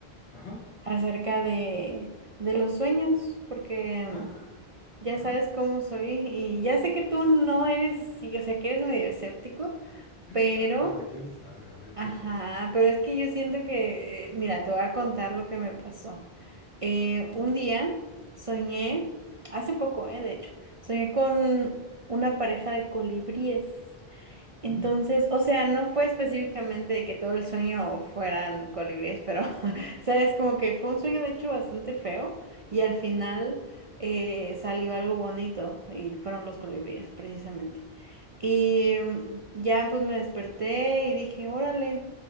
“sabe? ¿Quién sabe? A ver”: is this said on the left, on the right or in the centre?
Left